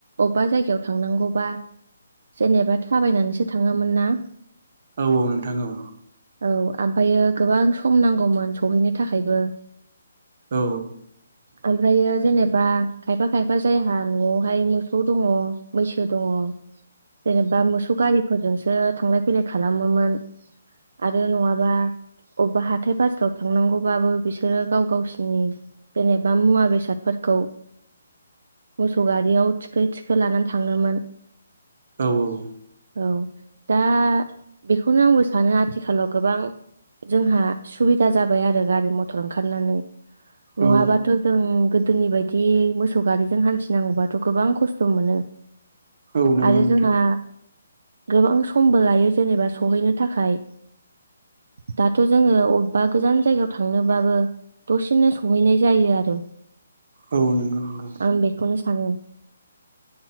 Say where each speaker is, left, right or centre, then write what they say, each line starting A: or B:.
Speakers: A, on the right; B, on the right.
A: अबेबा जायगायाव थांनांगौबा जेनेबा थाबायनानैसो थाङोमोन ना।
B: औ- औ- नोंथां औ।
A: औ ओमफ्रायो गोबां सम नांगौमोन सहैनो थाखायबो।
B: औ।
A: ओमफ्रायो जेनेबा खायफा खायफा जायहा न'आवहाय मोसौ दङ मैसो दङ। जेनेबा मोसौ गारिफोरजोंसो थांलाय फैलाय खालामोमोन आरो नङाबा अबेबा हा। हाथाइ बाजाराव थांनांगौबाबो बिसोरो गाव गावसिनि जेनेबा मुवा बेसादफोरखौ। मोसौ गारियाव थिखो थिखो लानानै थाङोमोन‌
B: औ- औ-।
A: औ दा बेखौनो आंबो सानो आथिखालाव गोबां जोंहा। सुबिदा जाबाय आरो गारि मथर ओंखारनानै नङाबाथ'
B: औ
A: जों गोद। गोदोनि बायदि मोसौ गारिजों हान्थिनांगौबाथ' गोबां खस्थ' मोनो।
B: औ नंगौ
A: आरो
B: नोंथां
A: जोंहा। गोबां समबो लायो जेनेबा सहैनो थाखाय दाथ' जोङो। बबेबा गोजान जायगायाव थांनोबाबो दसेनो संहैनाय जायो आरो।
B: औ नंगौ नंगौ
A: आं बेखौनो सानो।